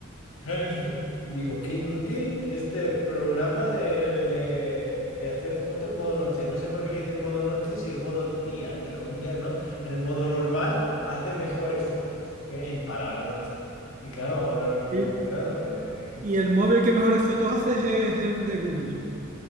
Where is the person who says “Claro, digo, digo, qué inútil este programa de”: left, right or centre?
Left